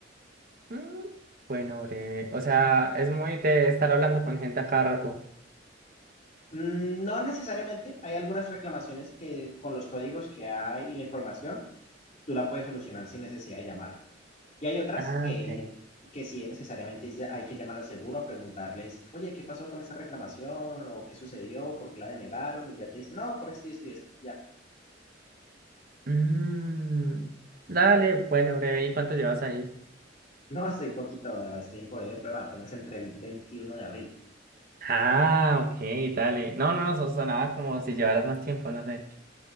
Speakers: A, on the right; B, on the left.
A: Mm, bueno, breve. O sea, es muy de estar hablando con gente a cada rato.
B: Mm, No necesariamente, hay algunas reclamaciones que con los códigos que hay y la información, tú la puedes solucionar sin necesidad de llamar. Y hay otras
A: Ah,
B: que,
A: ok.
B: que sí necesariamente es- hay que llamar al seguro a preguntarles, oye, ¿qué pasó con esa reclamación? ¿O qué sucedió? ¿Por qué la denegaron? Y ya te dicen, no, por esto y esto y esto. Ya.
A: Mm, dale, bueno, breve, ¿y cuánto llevas ahí?
B: No, estoy poquito, estoy en poder de prueba, apenas entre el veintiuno de abril.
A: Ah, ok, dale. No, no, no, eso sonaba como si llevaras más tiempo, no sé.